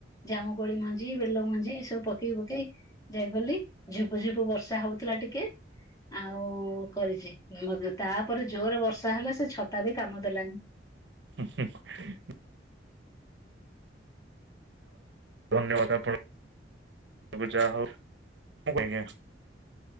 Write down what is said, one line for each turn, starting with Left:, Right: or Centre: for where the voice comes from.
Left: ଜାମୁକୋଳି ମଞ୍ଜି, ବେଲ ମଞ୍ଜି ଏସବୁ ପକେଇ ପକେଇ ଯାଏ ଗ। ଝୁପୁ ଝୁପୁ ବର୍ଷା ହଉଥିଲା ଟିକେ ଆଉ କରିଛି ମଧ୍ଯ। ତାପରେ ଜୋରେ ବର୍ଷା ହେଲା ସେ ଛତା ବି କାମ ଦେଲାନି।
Right: <unintelligible> ଧନ୍ୟବାଦ ଆପଣଙ୍କୁ। ଯାହା ହଉ। <unintelligible>